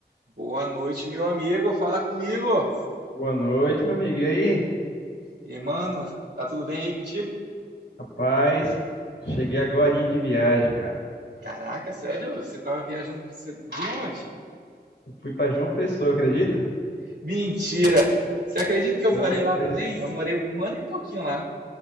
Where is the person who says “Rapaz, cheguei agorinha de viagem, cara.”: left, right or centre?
Left